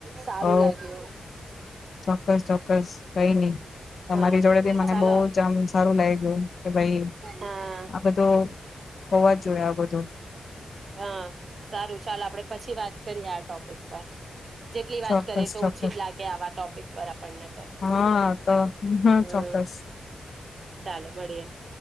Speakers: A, on the right (about 55°); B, on the left (about 65°).
A: સારું
B: ઓ
A: લાગ્યું
B: ચોક્કસ ચોક્કસ કઈ ની તમારી
A: હા
B: જોડે ભી મને
A: ચાલો
B: બો જ આમ સારું લાગ ગયું કે ભાઈ
A: હા
B: આ બધું હોવા જ જોએ બધુ
A: હા સારું ચાલ આપડે પછી વાત કરીએ આ ટોપિક પર જેટલી વાત
B: ચોક્કસ
A: કરીએ તો
B: ચોક્કસ
A: ઓછી જ લાગે આવા ટોપિક પર આપણને તો
B: હા તો હા
A: હમ
B: ચોક્કસ
A: ચાલો મળીએ <inaudible>